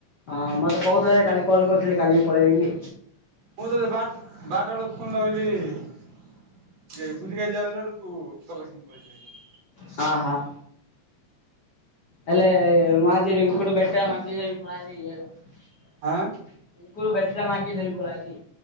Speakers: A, on the left (about 45°); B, on the right (about 60°).
A: ହଁ ମତେ କହୁଥିଲା ଯେ କାଲି କଲ୍ କରୁଥିଲା କାଲି ପଳେଇବି
B: ମୁଁ ତେ ବାଟ ବାରଟା ବେଳକୁ ଫୁନ୍ ଲଗେଇଲି <unintelligible>
A: ହଁ ହଁ। ହେଲେ ମୁଁ ଆଜି ରିଙ୍କୁଡ ବେଟା ମାଝି ସାହିକୁ ପଲେଇଆଇଲି। <unintelligible>
B: ଆଁ
A: ବେଟା ଟା ଧରି ମାଗି ପଲେଇଆଇଲି